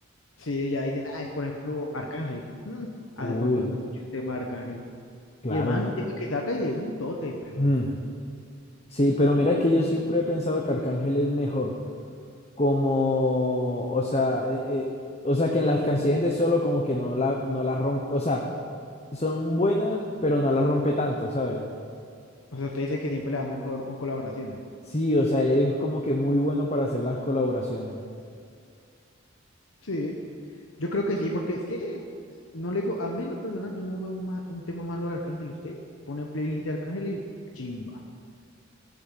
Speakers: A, on the left; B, on the left.
A: Sí, ya dicen, ay, por ejemplo, Arcángel, mm, hace
B: Uy,
A: cuánto no escuché el tema de Arcángel.
B: claro,
A: Y el man,
B: no es-
A: tema que saca y es un tote, pero,
B: Mm. Sí, pero mira que yo siempre he pensado que Arcángel es mejor. como, o sea, eh, eh, o sea, que en las canciones de Solo como que no la, no la rompe, o sea, son buenas, pero no la rompe tanto, ¿sabes?
A: o sea, usted dice que siempre le va mejor con colaboraciones.
B: Sí, o sea, él es como que muy bueno para hacer las colaboraciones.
A: Sí, Yo creo que sí, porque es que es- no le digo, a mí en lo personal yo no veo un, ma- un tema malo de Arcángel. Usted pone playlist de Arcángel y chimba.